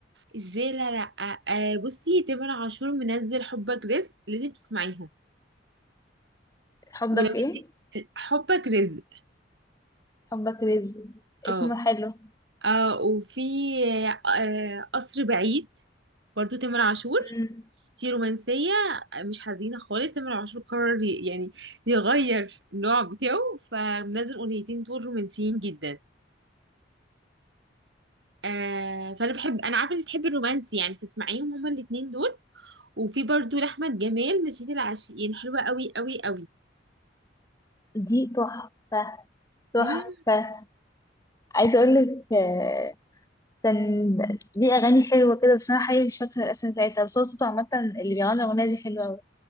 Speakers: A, on the right; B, on the left.
A: ازاي لا لا آه آه، بصي تامر عاشور منزل حبك رزق لازم تسمعيها
B: حبك
A: ولو
B: ايه
A: انتي حبك رزق
B: حبك رزق
A: اه
B: اسمه حلو
A: آه وفي آه قصر بعيد برضو تامر عاشور
B: امم
A: دي رومانسية آه، مش حزينة خالص تامر عاشور قرر ي- يعني يغير النوع بتاعه فمنزل أغنيتين دول رومانسيين جدا آه فأنا بحب أنا عارفة إنك بتحبي الرومانسي يعني فاسمعيهم هما الاتنين دول وفي برضو لأحمد جمال نشيد العاشقين حلوة قوي قوي قوي
B: دي تحفه تحفه
A: مم.
B: عايزه اقول لك آه، كان دي اغاني حلوه كده بس انا حقيقي مش فاكره الاسم بتاعتها بس هو صوته عامه اللي بيغني الاغنيه دي حلوه أوي.